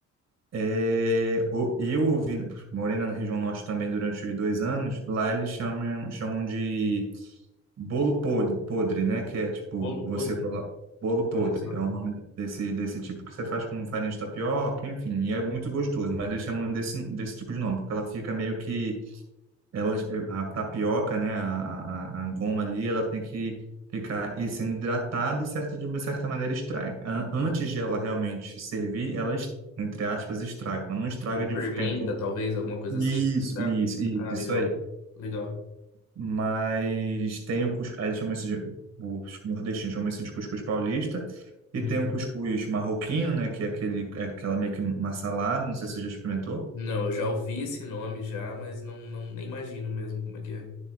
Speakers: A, on the right; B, on the left.
A: é, o- eu ouvi, morei na região norte também durante os dois anos, lá eles chamam, chamam de Bolo pod- podre, né? Que é tipo,
B: Bolo
A: você
B: podre.
A: coloca. Bolo podre
B: Olha só.
A: é o nome desse, desse tipo que você faz com farinha de tapioca, enfim, e é muito gostoso, mas eles chamam desse, desse tipo de nome, porque ela fica meio que. Ela, a tapioca, né? A, a, a goma ali, ela tem que ficar e sendo hidratada e certa, de uma certa maneira estraga. A- Antes de ela realmente servir, ela, es- entre aspas, estraga, mas não estraga
B: Ou
A: de
B: fermenta,
A: ficar. em-
B: talvez, alguma coisa
A: Isso,
B: assim. Ah,
A: isso, isso,
B: ah, legal.
A: isso aí
B: Legal.
A: mas tem o cuscuz, aí eles chamam isso de, os nordestinos chamam isso de cuscuz paulista,
B: Uhum.
A: e tem o cuscuz marroquino, né, que é aquele, é aquela meio que uma salada, não sei se você já experimentou.
B: Não, eu já ouvi esse nome já, mas não, não nem imagino mesmo como é que é.